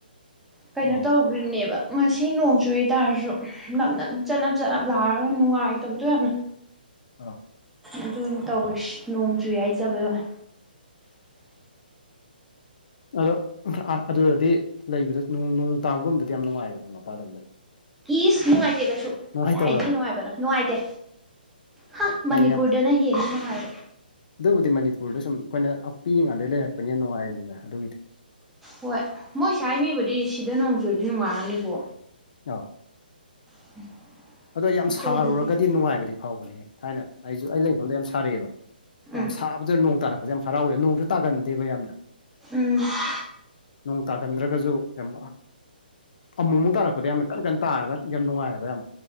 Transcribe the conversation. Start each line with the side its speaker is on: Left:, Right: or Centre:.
Centre: ꯀꯩꯅꯣ
Left: ꯑꯧ
Centre: ꯇꯧ ꯑꯗꯨꯅꯦꯕ ꯉꯁꯤ ꯅꯣꯡ ꯆꯨꯢ ꯇꯥꯥꯔꯁꯨ ꯅꯞ ꯅꯞ ꯆꯠꯅꯞ ꯆꯠꯅꯞ ꯂꯥꯛꯑꯒ ꯅꯨꯡꯉꯥꯏꯇꯕꯗꯣ ꯌꯥꯝꯅ
Left: ꯑꯥ
Centre: ꯑꯗꯨ ꯑꯣꯏꯅ ꯇꯧꯔꯤꯁꯤ ꯅꯣꯡꯇꯨ ꯍꯥꯏꯖꯕꯩ ꯋꯥꯅꯦ
Left: ꯑꯗꯣ ꯑꯗꯨꯗꯗꯤ ꯂꯩꯕꯗ ꯅꯣꯡ ꯇꯥꯕꯒꯨꯝꯗꯗꯤ ꯌꯥꯝ ꯅꯨꯡꯉꯥꯏꯕꯅꯦ ꯃꯄꯥꯟꯂꯣꯝꯗꯗꯤ
Centre: ꯏꯁ ꯅꯨꯡꯉꯥꯏꯇꯦ ꯀꯩꯁꯨ
Left: ꯅꯨꯡꯉꯥꯏꯇꯕ꯭ꯔꯥ
Centre: ꯀꯗꯥꯏꯗꯒꯤ ꯅꯨꯡꯉꯥꯏꯕꯅꯣ ꯅꯨꯡꯉꯥꯏꯇꯦ ꯍꯥ ꯃꯅꯤꯄꯨꯔꯗꯅ
Left: ꯍꯥꯏꯗꯤ ꯌꯥꯝ
Centre: ꯍꯦꯜꯂꯤ ꯅꯨꯡꯉꯥꯏꯕ
Left: ꯑꯗꯨꯕꯨꯗꯤ ꯃꯅꯤꯄꯨꯔꯗ ꯁꯨꯝ ꯑꯩꯈꯣꯏꯅ ꯄꯤꯏꯉꯗꯒꯤꯩ ꯂꯩꯔꯛꯄꯅꯦꯅ ꯅꯨꯡꯉꯥꯏꯔꯤꯅꯤꯅꯦ ꯑꯗꯨꯒꯤꯗꯤ
Centre: ꯍꯣꯏ ꯃꯣꯏꯁꯦ ꯍꯥꯏꯃꯤꯕꯨꯗꯤ ꯁꯤꯗ ꯅꯣꯡ ꯆꯨꯨꯔꯗꯤ ꯅꯨꯡꯉꯥꯏꯔꯝꯅꯤꯀꯣ
Left: ꯑꯧ
Centre: <unintelligible>
Left: ꯑꯗꯣ ꯌꯥꯝ
Centre: ꯑꯩꯈꯣꯏꯗꯗꯤ
Left: ꯁꯥꯔꯨꯔꯒꯗꯤ ꯅꯨꯡꯉꯥꯏꯕꯗꯤ ꯐꯥꯎꯕꯅꯦ ꯊꯥꯏꯅ ꯑꯩꯁꯨ ꯑꯩ ꯂꯩꯐꯝꯗ ꯌꯥꯝ ꯁꯥꯔꯛꯑꯦꯕ ꯌꯥꯝ
Centre: ꯎꯝ
Left: ꯁꯥꯕꯗ ꯅꯣꯡ ꯇꯥꯔꯛꯄꯁ ꯌꯥꯝ ꯍꯔꯥꯎꯋꯦ ꯅꯣꯡꯁꯨ ꯇꯥꯒꯟꯗꯦꯕ ꯌꯥꯝꯅ
Centre: ꯎꯝ
Left: ꯅꯣꯡ ꯇꯥꯒꯟꯗ꯭ꯔꯒꯁꯨ ꯌꯥꯝ ꯑꯃꯨꯛꯃꯨꯛ ꯇꯥꯔꯛꯄꯗ ꯌꯥꯝꯅ ꯀꯟ ꯀꯟ ꯇꯥꯔꯒ ꯌꯥꯝ ꯅꯨꯡꯉꯥꯏꯑꯕ ꯌꯥꯝ